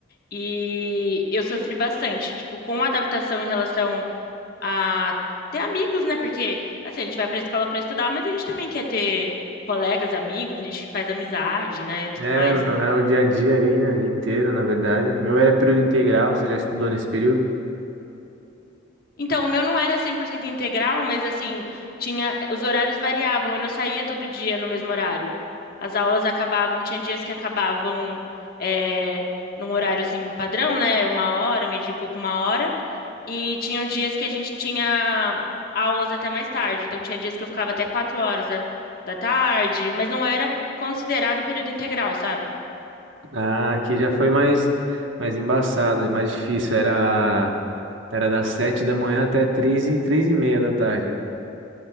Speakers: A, on the left (about 50°); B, on the right (about 75°).
A: E eu sofri bastante, tipo, com a adaptação em relação a ter amigos, né? Porque, assim, a gente vai pra escola pra estudar, mas a gente também quer ter colegas, amigos, a gente faz amizade, né? E tudo
B: É,
A: mais.
B: não, é o dia a dia ali, né? O dia inteiro, na verdade. O Meu era período integral, você já estudou nesse período?
A: Então, o meu não era 100% integral, mas, assim, tinha, os horários variavam, eu não saía todo dia no mesmo horário. As aulas acabavam, tinha dias que acabavam, é, num horário, assim, padrão, né? Uma hora, meio dia e pouco, uma hora. E tinham dias que a gente tinha aulas até mais tarde. Então, tinha dias que eu ficava até quatro horas da, da tarde, mas não era considerado período integral, sabe?
B: Ah, aqui já foi mais, mais embaçado, mais difícil. Era, era das sete da manhã até três e, três e meia da tarde.